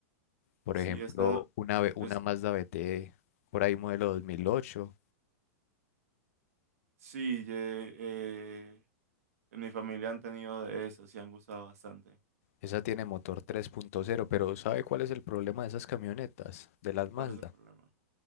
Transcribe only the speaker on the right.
Sí,
he estado,
es,
sí, ye- eh, en mi familia han tenido de eso, sí han gustado bastante.
¿Cuál es el problema?